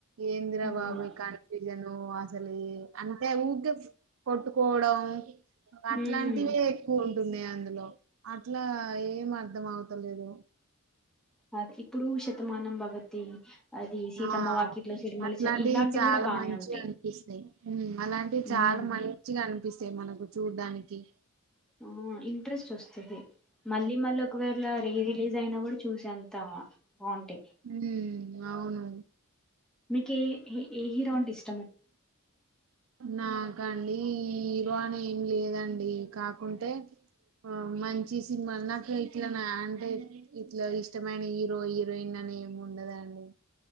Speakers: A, on the right (about 65°); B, in the centre.
A: ఎంద్రా
B: అవును
A: బాబు ఈ కన్ఫ్యూజను అసలు అంటే ఊకే కొట్టుకోవడం అట్లాంటివి
B: ఉమ్
A: ఎక్కువ ఉన్నాయి అందులో అట్లా ఏం అర్ధం అవతలేదు
B: అది ఇప్పుడు శతమానం భవతి అది సీతమ్మ
A: ఆ
B: వాకిట్లో సిరిమల్లె
A: అట్లాంటివి
B: చె ఇలాంటివి
A: చాలా
B: కూడా బానే
A: మంచిగా
B: ఉంటాయి
A: అనిపిస్తాయి అలాంటివి చాలా
B: ఉమ్
A: మంచిగా అనిపిస్తాయి మనకు చూడ్డాని టి
B: ఆ ఇంట్రెస్ట్ వస్తుది మళ్ళీ మళ్ళీ ఒకవేళ రీ రిలీజ్ అయినా కూడా చూసే అంత బాగుంటాయి
A: హ అవును
B: మీకి ఏ ఏ హిరో అంటే ఇష్ట
A: నా అండి హీరో అని ఏం లేదండి కాకుంటే ఆ మంచి సినిమాలు నాకు ఇట్లా నా అంటే ఇట్లా ఇష్టమైన హీరో హీరోయిన్ అని ఏమి ఉండదండి